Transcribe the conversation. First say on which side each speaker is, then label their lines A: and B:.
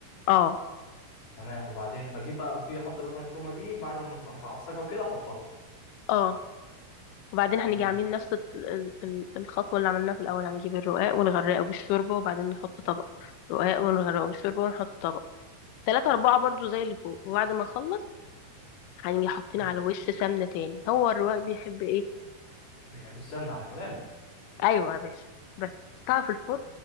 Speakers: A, on the left; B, on the left.
A: اه
B: تمام وبعدين بجيب بقى قلت لي احط اللحمه المفرومه دي بعد ما تبقى متعصجه وكده احطها
A: اه وبعدين هنيجي
B: تمام
A: عاملين نفس ال- ال- ال- الخطوة اللي عملناها في الأول هنجيب الرقاق ونغرقه بالشوربة وبعدين نحط طبق رقاق ونغرقه بالشوربة ونحط طبق تلاتة أربعة برضو زي اللي فوق وبعد ما أخلص هنيجي حاطين
B: مم.
A: على وش سمنة تاني هو الرواق بيحب إيه
B: بيحب السمنه على كلامك
A: أيوة يا باشا بس حطها في الفرن